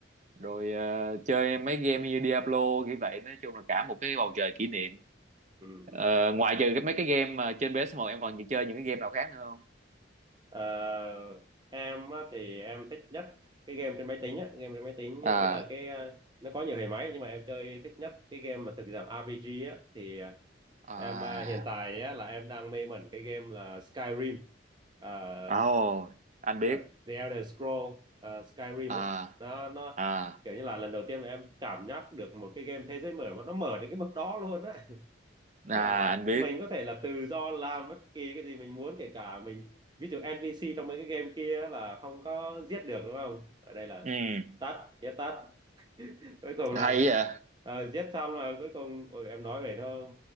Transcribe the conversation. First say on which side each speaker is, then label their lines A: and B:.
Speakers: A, on the right (about 40°); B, on the right (about 25°).
A: rồi ờ, chơi mấy game như Diablo kiểu vậy nói chung là cả một cái bầu trời kỷ niệm
B: ừ
A: Ờ, ngoại trừ cái mấy cái game mà trên PS1 em còn chơi những cái game nào khác nữa không
B: Ờ, em á, thì em thích nhất cái game trên máy tính á, game trên máy tính
A: à
B: á, ý là cái ờ, nó có nhiều hệ máy nhưng mà em chơi thích nhất cái game mà thực dạng RPG á thì ờ,
A: à
B: em ờ, hiện tại á, là em đang mê mẩn cái game là Skyrim Ờ,
A: à, ồ, anh biết
B: The, The Elder Scroll ờ, Skyrim
A: à
B: á nó nó
A: à
B: kiểu như là lần đầu tiên mà em cảm giác được một cái game thế giới mở mà nó mở đến cái mức đó luôn á
A: à
B: Tức là
A: anh biết
B: mình có thể là tự do làm bất kỳ cái gì mình muốn kể cả mình ví dụ NPC trong mấy cái game kia á là không có giết được đúng không ở đây là
A: ừ
B: tắt giết tắt <laughs> cuối cùng
A: hay
B: là
A: vậy
B: ờ, giết xong là cuối cùng ôi, em nói về nó